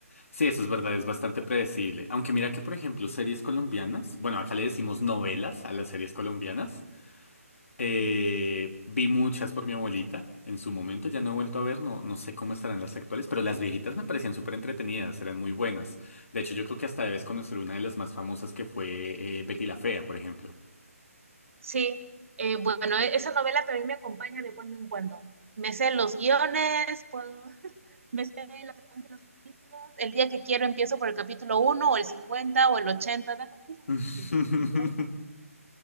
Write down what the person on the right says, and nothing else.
Sí, eh, bueno, e- esa novela también me acompaña de cuando en cuando. Me sé los guiones, puedo- <laughs> me sé la secuencia de los capítulos. El día que quiero empiezo por el capítulo uno o el 50 o el 80 da lo mismo,
porque como ya está,